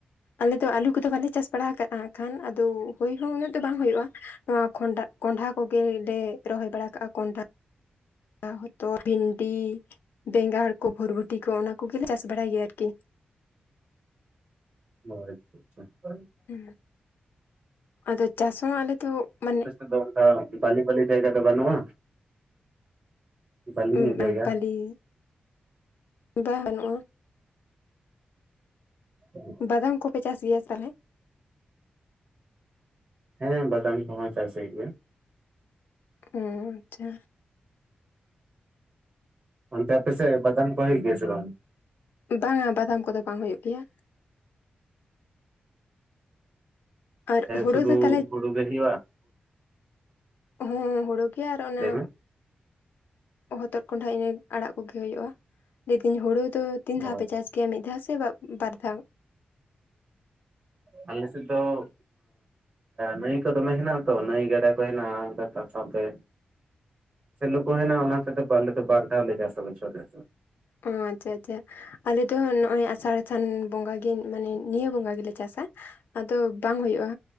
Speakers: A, on the left (about 85°); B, on the right (about 30°).
A: ᱟᱞᱮ ᱫᱚ ᱟᱞᱩ ᱠᱚᱫᱚ ᱵᱟᱞᱮ ᱪᱟᱥ ᱵᱟᱲᱟ ᱟᱠᱟᱫᱼᱟ ᱠᱷᱟᱱ ᱟᱫᱚ ᱦᱩᱭᱳᱭ ᱦᱚᱸ ᱩᱱᱟᱹᱜ ᱫᱚ ᱵᱟᱝ ᱦᱩᱭᱩᱜᱼᱟ ᱱᱚᱣᱟ ᱠᱚᱸᱰᱷᱟ ᱠᱚᱸᱰᱷᱟ ᱠᱚᱜᱮᱞᱮ ᱨᱚᱦᱚᱭ ᱵᱟᱲᱟ ᱠᱟᱜᱼᱟ ᱠᱚᱸᱰᱷᱟ ᱦᱚᱛᱚ ᱵᱷᱤᱱᱰᱤ ᱵᱮᱸᱜᱟᱲ ᱠᱚ ᱵᱷᱚᱨᱵᱚᱴᱤ ᱠᱚ ᱚᱱᱟ ᱠᱚᱜᱮᱞᱮ ᱪᱟᱥ ᱵᱟᱲᱟᱭ ᱜᱮᱭᱟ ᱟᱨᱠᱤ
B: ᱟᱪᱪᱷᱟ ᱟᱪᱪᱷᱟ <unintelligible>
A: ᱦᱩ ᱟᱫᱚ ᱪᱟᱥ ᱦᱚᱸ ᱟᱞᱮ ᱫᱚ ᱢᱟᱱᱮ
B: ᱟᱫᱚ ᱠᱷᱟᱱ ᱵᱟᱹᱞᱤ ᱵᱟᱹᱞᱤ ᱡᱟᱭᱜᱟ ᱫᱚ ᱵᱟᱹᱱᱩᱜᱼᱟ ᱵᱟᱹᱞᱤ
A: <unintelligible>
B: ᱧᱚᱜ ᱡᱟᱭᱜᱟ
A: ᱵᱟᱹᱞᱤ ᱵᱟᱱᱩᱜ-ᱟ
B: ᱦᱮ <inaudible>
A: ᱵᱟᱫᱟᱢ ᱠᱚᱯᱮ ᱪᱟᱥ ᱜᱮᱭᱟ ᱛᱟᱦᱞᱮ
B: ᱦᱮᱸ ᱵᱟᱫᱟᱢ ᱠᱚᱦᱚᱸ ᱪᱟᱥ ᱦᱩᱭᱩᱜ ᱜᱮᱭᱟ
A: ᱦᱩᱸ ᱟᱪᱪᱷᱟ
B: ᱚᱱᱛᱮ ᱟᱯᱮ ᱥᱮ ᱵᱟᱫᱟᱢ ᱠᱚ ᱦᱩᱭᱩᱜ ᱜᱮᱭᱟ ᱥᱮ ᱵᱟᱝ
A: ᱵᱟᱝᱟ ᱵᱟᱫᱟᱢ ᱠᱚᱫᱚ ᱵᱟᱝ ᱦᱩᱭᱩᱜ ᱜᱮᱭᱟ ᱟᱨ ᱦᱳᱲᱳ
B: ᱥᱩᱫᱩ
A: ᱫᱚ ᱛᱟᱦᱚᱞᱮ
B: ᱦᱩᱲᱩ ᱜᱮ ᱦᱩᱭᱩᱜ ᱟ
A: ᱦᱚᱸ ᱦᱩᱲᱩ ᱜᱮ ᱟᱨ ᱚᱱᱟ
B: ᱞᱟᱹᱭ ᱢᱮ
A: ᱦᱚᱛᱚᱫ ᱠᱚᱸᱰᱷᱟ ᱤᱱᱟᱹ ᱟᱲᱟᱜ ᱠᱚᱜᱮ ᱦᱩᱭᱩᱜᱼᱟ ᱞᱟᱹᱭᱫᱟᱹᱧ ᱦᱩᱲᱩ ᱫᱚ ᱛᱤᱱ ᱫᱷᱟᱣ
B: ᱚ
A: ᱯᱮ ᱪᱟᱥ ᱜᱮᱭᱟ ᱢᱤᱫ ᱫᱷᱟᱣ ᱥᱮ ᱵᱟᱨᱫᱷᱟᱣ
B: ᱟᱞᱮ ᱥᱮ ᱫᱚ ᱱᱟᱹᱭ ᱠᱚ ᱫᱚᱢᱮ ᱦᱮᱱᱟᱜᱼᱟ ᱛᱚ ᱱᱟᱹᱭ ᱜᱟᱰᱟ ᱠᱚ ᱦᱮᱱᱟᱜᱼᱟ ᱠᱟ ᱥᱟᱶ ᱥᱟᱶᱛᱮ ᱥᱮᱞᱚ ᱠᱚ ᱦᱮᱱᱟ ᱚᱱᱟ ᱠᱟᱛᱮ ᱵᱟᱨ ᱫᱷᱟᱶ ᱞᱮ ᱪᱟᱥᱟ ᱵᱚᱪᱷᱚᱨ ᱨᱮ
A: ᱚ ᱟᱪᱪᱷᱟ ᱟᱪᱪᱷᱟ ᱟᱞᱮ ᱫᱚ ᱱᱚᱜᱼᱚᱭ ᱟᱥᱟᱲ ᱥᱟᱱ ᱵᱚᱸᱜᱟᱜᱮ ᱢᱟᱱᱮ ᱱᱤᱭᱟᱹ ᱵᱚᱸᱜᱟ ᱜᱮᱞᱮ ᱪᱟᱥᱟ ᱟᱫᱚ ᱵᱟᱝ ᱦᱩᱭᱩᱜᱼᱟ